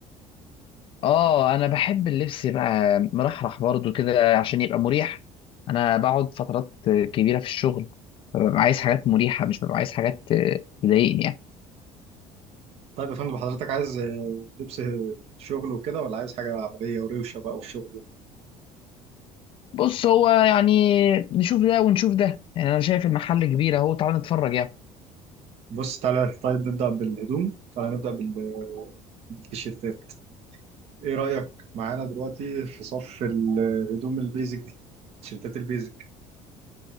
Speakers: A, on the left; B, on the right.
A: آه أنا بحب اللبس بقى مرحرح برضو كده عشان يبقى مريح أنا بقعد فترات كبيرة في الشغل فببقى عايز حاجات مريحة مش ببقى عايز حاجات تضايقني يعني
B: طيب يا فندم حضرتك عايز آه، لبس شغل وكده ولا عايز حاجه عمليه وروشه بقى والشغل ده
A: بص هو يعني نشوف ده ونشوف ده يعني أنا شايف المحل كبير أهو تعال نتفرج يعني
B: بص تعالى طيب نبدا بالهدوم تعالى نبدا بال- بالتيشيرتات ايه رايك معانا دلوقتي في صف الهدوم البيزك دي تيشيرتات البيزك